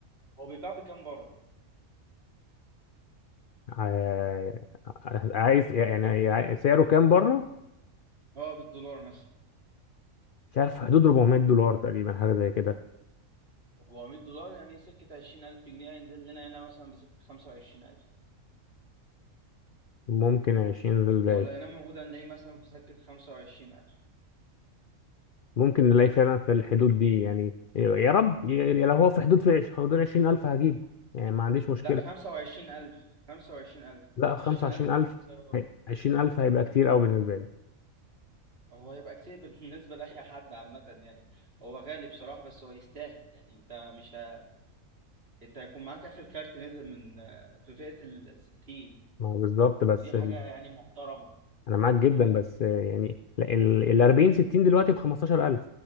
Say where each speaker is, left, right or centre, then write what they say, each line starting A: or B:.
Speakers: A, on the right; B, on the left.
A: هو بيتباع بكام بره
B: ع- عايز يعني سعره كام بره
A: اه بالدولار مثلا
B: مش عارف في حدود 400 دولار تقريبا حاجة زي كده
A: 400 دولار يعني سكة 20000 جنيه هينزل لنا هنا مثلا بسكة 25000
B: ممكن 20 ذو العشر
A: لو لقيناه موجود هنلاقيه مثلا في سكة خمسة وعشرين ألف
B: ممكن نلاقي فعلا في الحدود دي يعني يا رب يا- يا لو هو في حدود في عش- حدود 20000 هجيبه يعني ما عنديش مشكلة
A: لا خمسة وعشرين ألف خمسة وعشرين ألف
B: لا 25000
A: عشرين ألف ده اللي سعره بره
B: هي- 20000 هيبقى كتير قوي بالنسبة لي
A: هو هيبقى كتير بالنسبة لأي حد عامة يعني هو غالي بصراحة بس هو يستاهل يعني أنت مش ه... أنت هيكون معاك آخر كارت نزل من في فئة الستين
B: ما هو بالظبط بس
A: ودي حاجة
B: ال...
A: يعني محترمة
B: أنا معاك جدا بس يعني ال ال 40 60 دلوقتي ب 15000